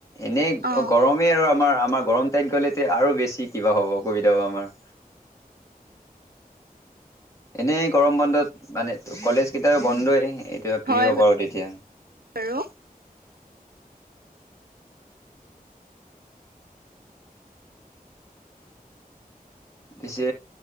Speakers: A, on the left; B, on the right.
A: এনেই
B: অ
A: গৰম মে আৰু আমাৰ আমাৰ গৰম টাইত গ'লে আৰু বেছি কিবা হ'ব অসুবিধা হব আমাৰ। এনেই গৰম বন্ধত মানে কলেজ কেতিয়াবা বন্ধই এতিয়া প্ৰিয়
B: হয়
A: বাৰু তেতিয়া।
B: বাৰু
A: পিছে